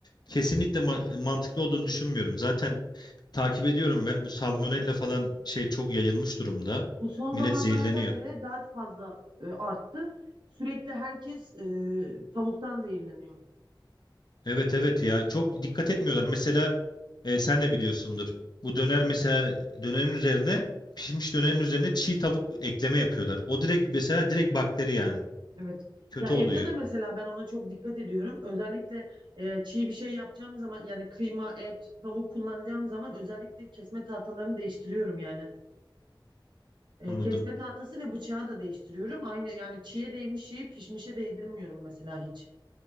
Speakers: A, on the left; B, on the right.
A: kesinlikle ma- mantıklı olduğunu düşünmüyorum. Zaten Takip ediyorum ben. Bu salmonella falan şey çok yayılmış durumda.
B: Bu son
A: Millet
B: zamanlarda
A: zehirleniyor.
B: hele daha fazla e, arttı. Sürekli herkes e, tavuktan zehirleniyor.
A: Evet evet ya çok dikkat etmiyorlar. Mesela e, sen de biliyorsundur. Bu döner mesela dönerin üzerine pişmiş dönerin üzerine çiğ tavuk ekleme yapıyorlar. O direkt mesela direkt bakteri yani.
B: Evet.
A: Kötü
B: Ya evde
A: oluyor.
B: de mesela ben ona çok dikkat ediyorum. Özellikle e, çiğ bir şey yapacağım zaman yani kıyma, et, tavuk kullanacağım zaman özellikle kesme tahtalarını değiştiriyorum yani. E,
A: Anladım.
B: kesme tahtası ve bıçağı da değiştiriyorum. Aynı yani çiğe değmiş şeyi pişmişe değdirmiyorum mesela hiç.